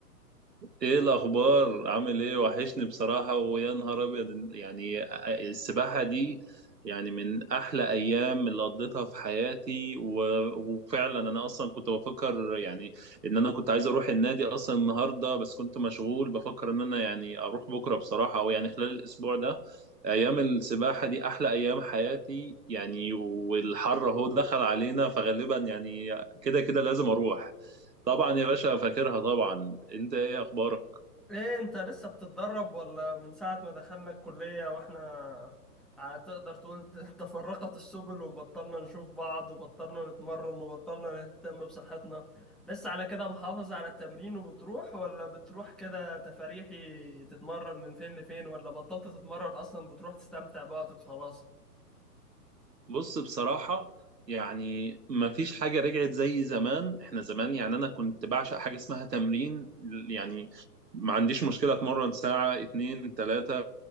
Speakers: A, on the right (about 85°); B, in the centre.
A: ايه الاخبار عامل ايه وحشني بصراحه ويا نهار ابيض يعني السباحه دي يعني من احلى ايام اللي قضيتها في حياتي و... وفعلا انا اصلا كنت بفكر يعني ان انا كنت عايز اروح النادي اصلا النهارده بس كنت مشغول بفكر ان انا يعني اروح بكره بصراحه او يعني خلال الاسبوع ده ايام السباحه دي احلى ايام حياتي يعني والحر اهو دخل علينا فغالبا يعني كده كده لازم اروح طبعا يا باشا فاكرها طبعا انت ايه اخبارك
B: ايه انت لسه بتتدرب ولا من ساعة ما دخلنا الكلية واحنا هتقدر تقول <laughs> تفرقت السبل وبطلنا نشوف بعض وبطلنا نتمرن وبطلنا نهتم بصحتنا لسه على كده محافظ على التمرين وبتروح ولا بتروح كده تفاريحي تتمرن من فين لفين ولا بطلت تتمرن اصلا بتروح تستمتع بوقتك خلاص
A: بص بصراحة يعني مفيش حاجة رجعت زي زمان احنا زمان يعني انا كنت بعشق حاجة اسمها تمرين يعني ما عنديش مشكلة اتمرن ساعة اتنين تلاتة